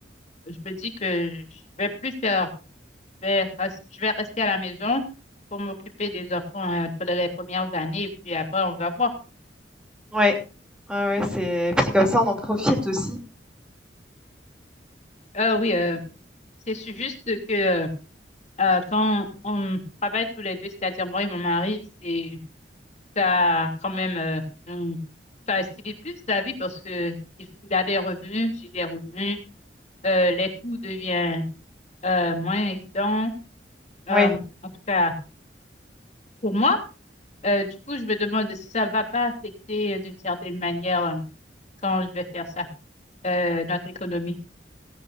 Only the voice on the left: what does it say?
Je me dis que je vais plus faire vais, res- je vais rester à la maison pour m'occuper des enfants euh, pendant les premières années et puis après on va voir.
Euh, oui, euh, c'est su- juste que euh, euh, quand on travaille tous les deux, c'est-à-dire moi et mon mari, c'est ça quand même euh, nous- ça facilite plus la vie parce que il il a des revenus, j'ai des revenus, euh, les coûts deviennent euh, moins évidents.
Euh, en tout cas pour moi. Euh, du coup, je me demande si ça va pas affecter euh, d'une certaine manière euh, quand je vais faire ça. euh, notre économie.